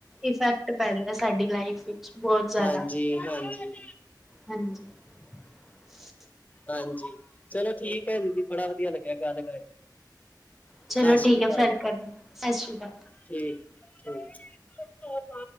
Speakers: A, in the centre; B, on the left.
A: ਇਫੈਕਟ ਪੈਂਦਾ ਸਾਡੀ ਲਾਈਫ ਵਿੱਚ ਬਹੁਤ ਜ਼ਿਆਦਾ
B: ਹਾਂਜੀ ਹਾਂਜੀ
A: ਹਾਂਜੀ <inaudible>
B: ਹਾਂਜੀ ਚਲੋ ਠੀਕ ਹੈ ਦੀਦੀ ਬੜਾ ਵਧੀਆ ਲੱਗਿਆ ਗੱਲ ਕਰਕੇ
A: ਚਲੋ
B: ਸਤਿ ਸ੍ਰੀ
A: ਠੀਕ
B: ਅਕਾਲ
A: ਹੈ ਫਰ
B: ਜੀ
A: ਕਰ ਸਤਿ ਸ੍ਰੀ ਅਕਾਲ
B: ਠੀਕ ਏ ਠੀਕ